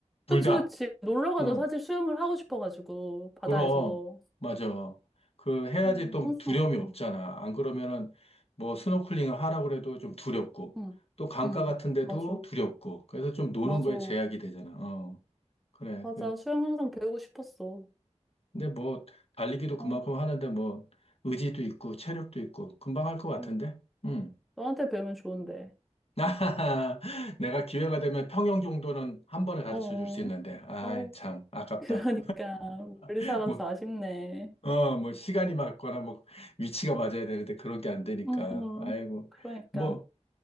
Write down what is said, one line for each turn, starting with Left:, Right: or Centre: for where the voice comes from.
Left: 둘
Centre: 그치,
Left: 다.
Centre: 그치. 놀러 가도
Left: 응,
Centre: 사실 수영을 하고 싶어가지고, 바다에서.
Left: 그럼 맞아. 그 해야지
Centre: 응,
Left: 또
Centre: 항상,
Left: 두려움이 없잖아.
Centre: 응,
Left: 안 그러면은 뭐 스노클링을 하라고 해도 좀 두렵고
Centre: 응,
Left: 또 강가
Centre: 응.
Left: 같은 데도
Centre: 맞아,
Left: 두렵고 그래서 좀 노는
Centre: 맞아.
Left: 거에 제약이 되잖아. 어, 그래.
Centre: 맞아, 수영 항상 배우고 싶었어.
Left: 근데 뭐 달리기도 그만큼
Centre: 어,
Left: 하는데 뭐 의지도 있고 체력도 있고 금방 할 것 같은데.
Centre: 응.
Left: 음.
Centre: 너한테 배우면 좋은데.
Left: <laughs> 내가 기회가 되면 평영 정도는 한 번에 가르쳐
Centre: 어, 어.
Left: 줄 수 있는데. 아이,
Centre: 어.
Left: 참 아깝다.
Centre: <laughs> 그러니까, 멀리 살아서
Left: <laughs> 뭐
Centre: 아쉽네.
Left: 어, 뭐 시간이 맞거나 뭐 위치가 맞아야 되는데 그런 게 안 되니까.
Centre: 응, 응.
Left: 아이고.
Centre: 그러니까.
Left: 뭐